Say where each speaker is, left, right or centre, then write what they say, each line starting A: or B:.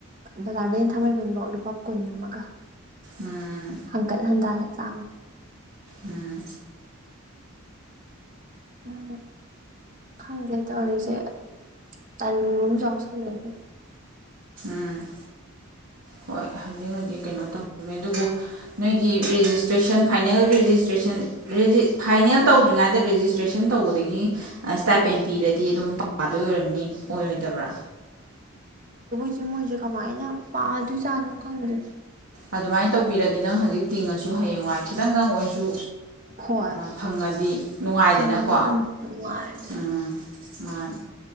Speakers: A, on the right; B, on the right.
A: ꯕꯖꯥꯔꯗꯒꯤ ꯊꯥꯡꯃꯩꯕꯟꯐꯧ ꯂꯨꯄꯥ ꯀꯨꯟ ꯑꯃꯒ
B: ꯎꯝ
A: ꯍꯡꯀꯠ ꯍꯟꯇꯥ ꯆꯥꯃ
B: ꯎꯝ
A: ꯎꯝ ꯈꯪꯗꯦ ꯇꯧꯔꯤꯁꯦ ꯇꯟꯒꯨꯝꯁꯨ ꯆꯥꯎꯎꯁꯜꯂꯦ
B: ꯎꯝ ꯍꯣꯏ ꯍꯧꯖꯤꯛ ꯍꯧꯖꯤꯛ ꯀꯩꯅꯣ ꯇꯧꯗꯅꯤ ꯑꯗꯨꯕꯨ ꯅꯣꯏꯒꯤ ꯔꯦꯖꯤꯁꯇ꯭ꯔꯦꯁꯟ ꯐꯥꯏꯅꯦꯜ ꯔꯦꯖꯤꯁꯇ꯭ꯔꯦꯁꯟ ꯐꯥꯏꯅꯦꯜ ꯇꯧꯗ꯭ꯔꯤꯉꯩꯗ ꯔꯦꯖꯤꯁꯇ꯭ꯔꯦꯁꯟ ꯇꯧꯕꯗꯒꯤ ꯏꯁ꯭ꯇꯥꯏꯄꯦꯟ ꯄꯤꯔꯗꯤ ꯑꯗꯨꯝ ꯑꯗꯨ ꯑꯣꯏꯔꯝꯅꯤ ꯑꯣꯏꯔꯣꯏꯗꯕ꯭ꯔꯥ
A: ꯆꯦ ꯃꯣꯏꯁꯦ ꯀꯃꯥꯏꯅ ꯄꯥꯗꯣꯏꯖꯥꯠꯅꯣ ꯈꯪꯗꯦ
B: ꯑꯗꯨꯃꯥꯏꯅ ꯇꯧꯕꯤꯔꯗꯤ ꯅꯪ ꯍꯧꯖꯤꯛ ꯇꯤꯡꯉꯁꯨ ꯍꯌꯦꯡꯋꯥꯏ ꯈꯤꯇꯪꯗꯪ ꯑꯣꯏꯁꯨ
A: ꯍꯣꯏ
B: ꯐꯪꯉꯗꯤ ꯅꯨꯡꯉꯥꯏꯗꯅꯀꯣ
A: ꯐꯪꯉꯗꯤ ꯅꯨꯡꯉꯥꯏꯗꯅ
B: ꯎꯝ ꯃꯥꯅꯤ